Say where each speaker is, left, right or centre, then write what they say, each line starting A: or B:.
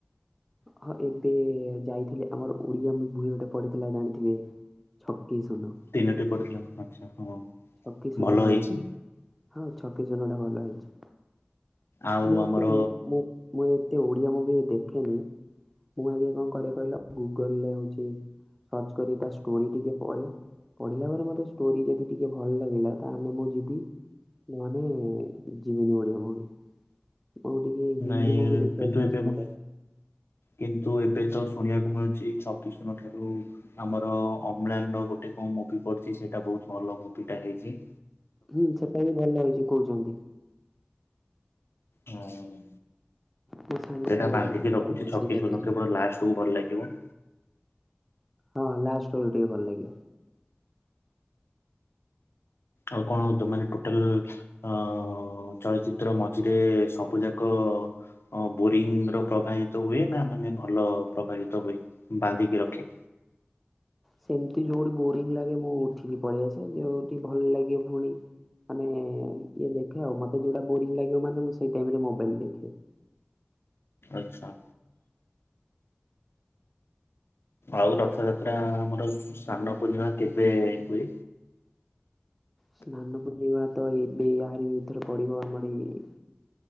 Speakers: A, in the centre; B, on the left (about 80°).
A: ହଁ, ଏବେ ଯାଇଥିଲେ ଆମର ଉଡିଆ ମୁଭି ଗୋଟେ ପଢିଥିଲା ଜାଣିଥିବେ? ଛକି ଶୂନ!
B: ତିନୋଟି ପଡିଥିଲା। ଆଛା, ହଁ!
A: ଛକି ଶୂନ
B: ଭଲ
A: ଟା
B: ହେଇଛି
A: ଯାଇ, ହଁ, ଛକି ଶୂନ ଟା ଭଲ ହେଇଛି।
B: ଆଉ
A: ମୁଁ ଏତେ,
B: ଆମର
A: ମୁଁ-ମୁଁ ଏତେ ଓଡିଆ ମୁଭି ଦେଖେନି। ମୁଁ ଆଗେ କଣ କରେ କହିଲ? ଗୁଗଲ୍ ରେ ହଉଛି ସର୍ଚ୍ଚ କରି ତା ଷ୍ଟୋରି ଟିକେ ପଢେ। ପଢିଲା ପରେ ମୋତେ ଷ୍ଟୋରି ଯଦି ଟିକେ ଭଲ ଲାଗିଲା, ତାହେନେ ମୁଁ ଯିବି। ମାନେ-ଏ ଯିବିନି ଓଡିଆ ମୁଭି। ମୁଁ ଟିକେ ହିନ୍ଦୀ
B: ନାଇଁ
A: ମୁଭି ଦେଖିଆକୁ
B: କିନ୍ତୁ
A: ପସନ୍ଦ
B: ଏବେ ମୁଁ
A: କରେ।
B: କିନ୍ତୁ, ଏବେ ତ ଶୁଣିଆକୁ ମିଳୁଛି, ଛକି ଶୂନ ଠାରୁ ଆମର ଅମ୍ଲାନର ଗୋଟେ କଣ ମୁଭି ପଡିଚି, ସେଇଟା ବହୁତ ଭଲ ମୁଭିଟା ହେଇଚି।
A: ହୁଁ, ସେଟା ବି ଭଲ ହେଇଚି କହୁଚନ୍ତି।
B: ହୁଁ-ଉଁ।
A: ମୋ ସାଙ୍ଗ
B: ସେଟା
A: ହେରିକା
B: ବାନ୍ଧିକି
A: ଯାଇଥିଲେ
B: ରଖୁଛି
A: ତା ଦେହରେ
B: ଛକି
A: ସେଇଟା
B: ଶୂନ
A: ବି
B: କେବଳ ଲାଷ୍ଟକୁୁ ଭଲ ଲାଗିବ!
A: ହଁ, ଲାଷ୍ଟବେଳୁ ଟିକେ ଭଲ ଲାଗିବ।
B: ଆଉ କଣ ତମ ମାନେ ଟୋଟାଲ୍ ଅ-ଅଁ ଚଳଚିତ୍ର ମଝିରେ ସବୁ ଯାକ-ଅ ଅ ବୋରିଂ ର ପ୍ରବାହିତ ହୁଏ, ନା ମାନେ ଭଲ ପ୍ରବାହିତ ହୁଏ, ବାନ୍ଧିକି ରଖେ?
A: ସେମିତି ଯୋଉଠି ବୋରିଙ୍ଗ୍ ଲାଗେ ମୁଁ ଉଠିକି ପଳେଇଆସେ। ଯୋଉଠି ଭଲ ଲାଗେ ଫୁଣି ମାନେ-ଏଁ ଇଏ ଦେଖେ ଆଉ। ମତେ ଯୋଉଟା ବୋରିଂ ଲାଗିବ ମାନେ ମୁଁ ସେଇ ଟାଇମ୍ ରେ ମୋବାଇଲ୍ ଦେଖେ।
B: ଆଛା! ଆଉ ରଥଯାତ୍ରା ଆମର ସ୍ନାନ ପୂର୍ଣିମା କେବେ ହୁଏ?
A: ସ୍ନାନ ପୁର୍ଣିମା ତ ଏବେ ଆହାରି ଭିତରେ ପଡିବ, ଆମର ଏ